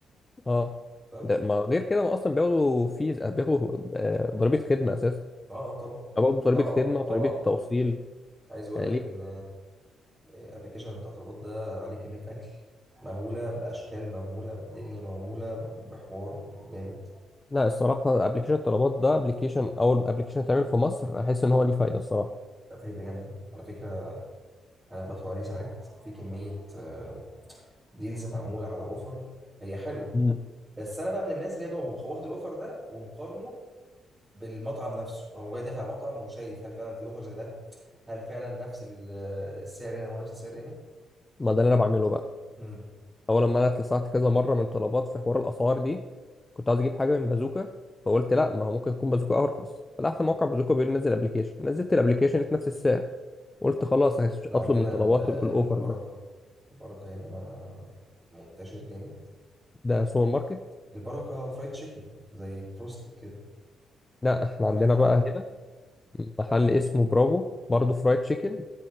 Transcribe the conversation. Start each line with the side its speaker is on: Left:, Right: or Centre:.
Left: اه
Right: فبيقوم
Left: ده ما
Right: حاطط
Left: غير كده ما اصلا بياخدوا فيز بياخدوا آه، ضريبه خدمه اساسا
Right: اه اه طبعا
Left: بياخدوا ضريبه
Right: طبعا
Left: خدمه وضريبه
Right: طبعا
Left: توصيل
Right: عايز اقول
Left: يعني
Right: لك
Left: ليه
Right: ان الابلكيشن بتاع طلبات ده عليه كمية اكل مهولة بأشكال مهولة بدنيا مهولة بحوار جامد
Left: لا الصراحه ابلكيشن الطلبات ده ابلكيشن اول ابلكيشن اتعمل في مصر احس ان هو ليه فايده الصراحه
Right: لا فايدة جامدة على فكرة أنا بدخل عليه ساعات في كمية آه، ديلز معمولة على اوفر هي حلوة
Left: مم.
Right: بس انا بقى من الناس اللي هي بقى واخد الاوفر ده ومقارنه بالمطعم نفسه هو جاي داخل على مطعم وشايف هل فعلا في اوفر زي ده هل فعلا نفس ال- السعر هنا هو نفس السعر هنا
Left: ما ده اللي انا بعمله بقى
Right: امم
Left: اول لما انا اتلسعت كذا مره من طلبات في حوار الاسعار دي كنت عايز اجيب حاجه من بازوكا فقلت لا ما هو ممكن يكون بازوكا ارخص فتحت موقع بازوكا بيقول لي نزل ابلكيشن نزلت الابلكيشن لقيت نفس السعر قلت خلاص هش-
Right: احنا عندنا
Left: اطلب من طلبات
Right: ال- البركة
Left: بالاوفر ده
Right: البركة هنا بيبقى منتشر جامد
Left: ده سوبر ماركت
Right: البركة فرايد تشيكن زي بروست كده
Left: لا احنا
Right: سمعت
Left: عندنا
Right: عنه
Left: بقى هنا محل اسمه برافو برضه فرايد تشيكن